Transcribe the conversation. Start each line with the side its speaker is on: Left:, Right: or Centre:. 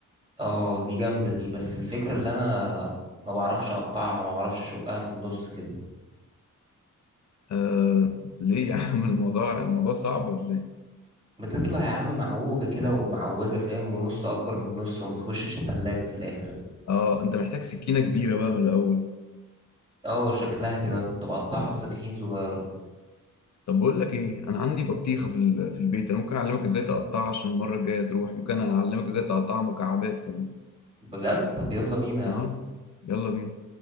Right: اه دي جامدة دي بس الفكرة اللي انا ما بعرفش اقطعها ما بعرفش اشقها في النص كده
Left: آه ليه يا عم الموضوع الموضوع صعب ولا ايه؟
Right: بتطلع يا عم معوجة كده ومعوجة فاهم ونص أكبر من نص وما تخشش التلاجة في الآخر
Left: اه انت محتاج سكينة كبيرة بقى من الأول
Right: اه شكلها كده أنا كنت بقطعها بسكاكين صغيرة
Left: طب بقول لك ايه انا عندي بطيخة في ال- في البيت انا ممكن اعلمك ازاي تقطعها عشان المرة الجاية تروح ممكن اعلمك ازاي تقطعها مكعبات كمان
Right: بجد طب يلا بينا يا
Left: تمام
Right: عم
Left: يلا بينا